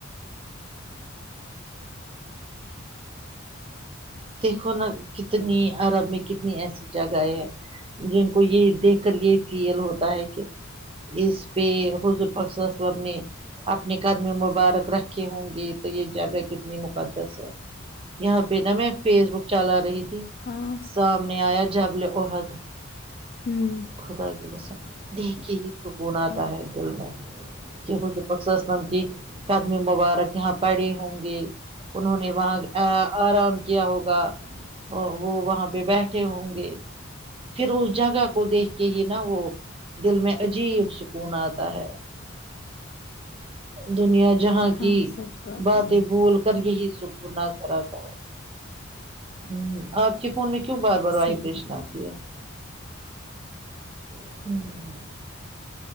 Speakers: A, on the right (about 30°); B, on the left (about 50°).
A: دیکھو نا کتنی عرب میں کتنی ایسی جگہیں ہیں جن کو یہ دیکھ کر یہ فیل ہوتا ہے کہ اس پہ حضور پاک صل اللہ علیہ و سلم نے اپنے قدم مبارک رکھے ہوں گے تو یہ جگہ کتنی مقدس ہے یہاں پہ نا میں فیس بک چلا رہی تھی
B: ہاں صح
A: سامنے آیا جبل عہد
B: ہوں
A: خدا کی قسم دیکھ کے ہی سکون آتا
B: ہاں
A: ہے دل کو حضور پاک صل اللہ علیہ و سلم کی قدم مبارک یہاں پڑے ہوں گے انہوں نے وہاں اے آرام کیا ہوگا اور وہ وہاں پہ بیٹھے ہوں گے پھر اس جگہ کو دیکھ کے ہی نا وہ دل میں عجیب سکون آتا ہے دنیا جہاں کی
B: ہاں سچ بات
A: باتیں
B: ہے
A: بول کر یہی سکھ گناہ کراتا ہے ہوں آپ کے فون میں کیوں بار بار
B: صحیح
A: وائبریشن
B: ہے
A: آتی ہے ہوں،